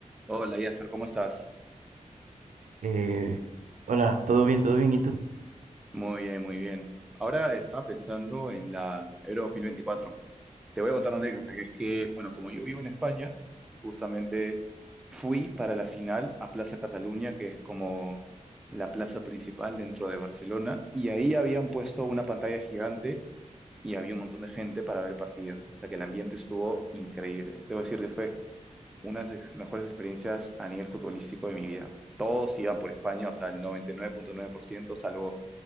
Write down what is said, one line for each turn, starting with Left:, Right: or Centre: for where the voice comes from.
Centre: Hola, Yasser, ¿cómo estás?
Right: Eh, hola, todo bien, todo bien. ¿Y tú?
Centre: Muy bien, muy bien. Ahora estaba pensando en la Euro 2024. Te voy a contar una anécdota, que es que, bueno, como yo vivo en España, justamente fui para la final a Plaza Cataluña, que es como la plaza principal dentro de Barcelona, y ahí habían puesto una pantalla gigante y había un montón de gente para ver el partido. O sea que el ambiente estuvo increíble. Debo decir que fue unas de mejores experiencias a nivel futbolístico de mi vida. Todos iban por España, o sea, el 99.9%, salvo